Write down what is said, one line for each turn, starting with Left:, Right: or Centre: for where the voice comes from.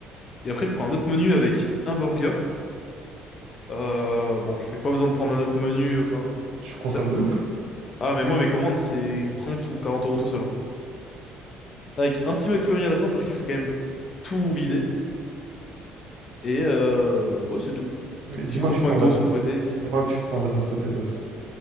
Left: Et après, je prends un autre menu avec un burger. Euh, bon, j'ai pas besoin de prendre un autre menu. Enfin,
Right: Mais tu consommes
Left: ça-
Right: de ouf.
Left: ah, mais moi, mes commandes, c'est 30 ou 40 euros tout seul. hein. Avec un petit McFlurry à la fin parce qu'il faut quand même tout vider. Et euh, ouais, c'est tout.
Right: Mais
Left: Tout petit
Right: dis-moi
Left: croque
Right: que tu
Left: McDo
Right: prends de la sauce.
Left: sur le côté.
Right: Dis-moi que tu prends de la sauce potatoes.